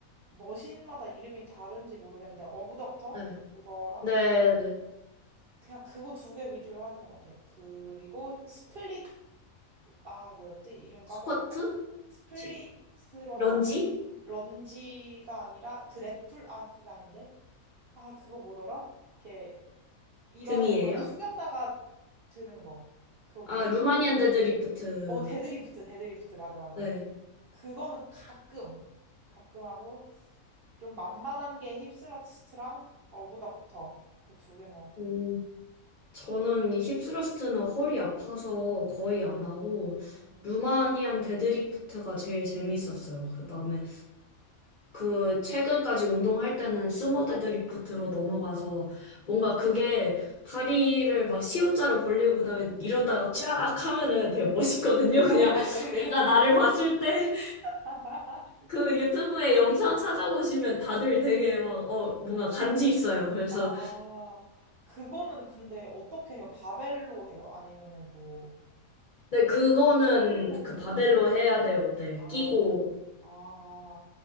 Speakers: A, on the right; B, on the left.
A: 머신마다 이름이 다른지 모르겠는데, 어부덕터?
B: 네.
A: 그거랑,
B: 네, 네.
A: 그냥 그거 두 개 위주로 하는 것 같아. 그리고 스플릿, 아, 뭐였지? 이름
B: 스쿼트?
A: 까먹었다. 스플릿으로
B: 지- 런지?
A: 하는 런지가 아니라 그래플 아 그게 아닌데 아 그거 뭐더라? 이렇게 이런
B: 등이에요?
A: 약간 숙였다가 드는 거 그거 뭔지
B: 아, 루마니안 데드리프트.
A: 어 데드리프트 데드리프트 맞아 맞아
B: 네.
A: 맞아 그거는 가끔 가끔 하고 좀 만만한 게 힙스러스트랑 어부닥터 그 두 개인 것 같아요.
B: 음, 저는 힙스러스트는 허리 아파서 거의 안 하고,
A: 음,
B: 루마니안 데드리프트가 제일 재밌었어요. 그 다음에, 그, 최근까지 운동할 때는 스모 데드리프트로 넘어가서, 뭔가 그게 다리를 막 C자로 벌리고, 그 다음에 이런다가 쫙 하면은
A: 음,
B: 되게 멋있거든요. 그냥
A: 아,
B: <laughs>
A: 네.
B: 내가 나를 봤을 때.
A: <laughs>
B: 그 유튜브에 영상 찾아보시면 다들 되게 막, 어, 뭔가
A: 오,
B: 간지 있어요. 그래서,
A: 아, 그거는 근데 어떻게 해요? 바벨로 해요? 아니면은 뭐,
B: 근데 그거는
A: 힐벨로
B: 그 바벨로
A: 해요? 뭐
B: 해야 돼요. 네,
A: 아,
B: 끼고.
A: 아,